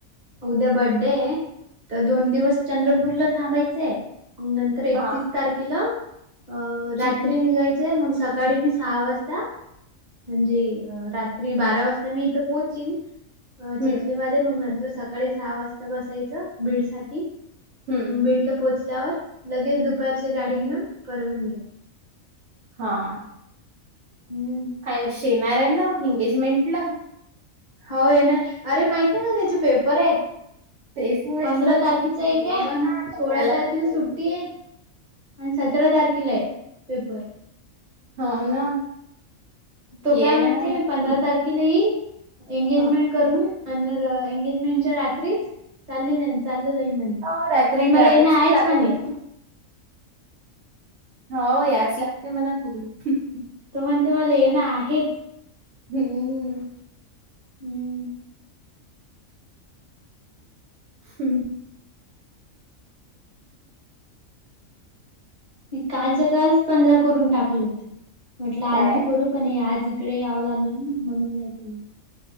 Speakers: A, on the right; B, on the right.
A: उद्या बड्डे तर दोन दिवस, तर दोन दिवस चंद्रपूरला थांबायचंय. मग नंतर एकतीस
B: हा.
A: तारखेला अं रात्री
B: चिखली
A: निघायचंय मग सकाळी मी सहा वाजता म्हणजे अ रात्री बारा वाजता मी इथं पोहचीन. अ
B: हम्म
A: चिखलीमध्ये मग नंतर सकाळी सहा वाजता बसायचं, बीड साठी
B: हम्म
A: मु बीडला पोहोचल्यावर लगेच दुपारची गाडी घेऊन परभनीला.
B: हां हां
A: हम्म
B: आयुष्य येनार हाय ना एंगेजमेंट ला.
A: हो येणार, अरे माहती आहे का त्याचे पेपर आहेत.
B: तेच म्हटलं
A: पंधरा तारखेच एक
B: ये
A: आहे
B: म्हणा
A: आणि सोळा
B: याला
A: सुट्टी
B: तर
A: तारखेला आहे. पण सतरा तारखेले पेपर.
B: हा ना
A: तो
B: ये
A: काय
B: म्हणा
A: म्हणते,
B: नक्की
A: मी पंधरा तारखेला येईल एंगेजमेंट
B: हा
A: करून एंगेजमेंटच्या रात्री चालु जाईल चालू जाईन म्हणे
B: हो रात्री
A: पण मला
B: ट्रॅव्हल्स
A: ये ना आहेच
B: जाता
A: म्हणे.
B: येते हो यास लागते मणा <unintelligible>
A: तर म्हनतो मला येन आहेच.
B: हम्म.
A: हम्म
B: हम्म
A: मी कालच्या कालच पंधरा करून टाकले होते, म्हटलं आज
B: काय
A: बी करू पण हे आज- इकडे यावं लागलं ना म्हणून नाही केला.